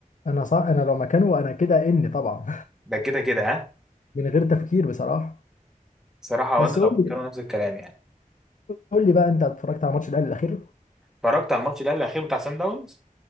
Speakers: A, on the left; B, in the centre.
A: انا صح انا لو مكانه انا كده اني طبعا
B: ده كده كده ها
A: من غير تفكير بصراحه
B: صراحه
A: بس
B: وانا
A: قول
B: لو مكانه
A: لي
B: نفس الكلام يعني
A: قول لي بقى انت اتفرجت على ماتش الاهلي الاخير
B: اتفرجت على الماتش الاهلي الاخير بتاع سان داونز